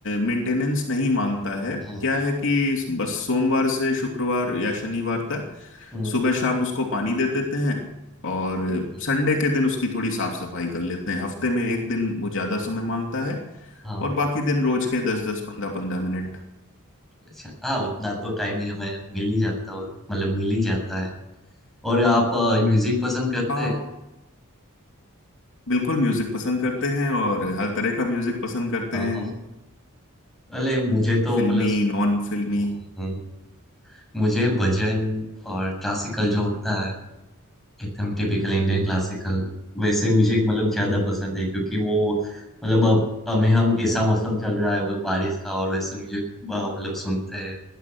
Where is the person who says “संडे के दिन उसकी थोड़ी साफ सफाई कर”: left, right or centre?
Left